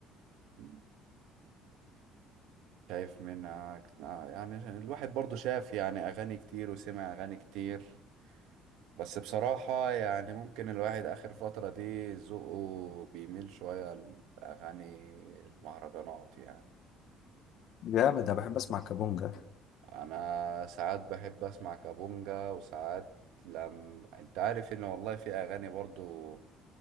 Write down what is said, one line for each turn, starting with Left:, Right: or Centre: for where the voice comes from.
Right: مم. شايف منها كت- آه، يعني الواحد برضو شاف يعني اغاني كتير وسمع اغاني كتير بس بصراحة يعني ممكن الواحد اخر فترة دي ذوقه بيميل شوية لاغاني المهرجانات يعني
Left: جامد انا بحب اسمع كابونجا
Right: انا ساعات بحب اسمع كابونجا وساعات لم انت عارف ان والله في اغاني برضو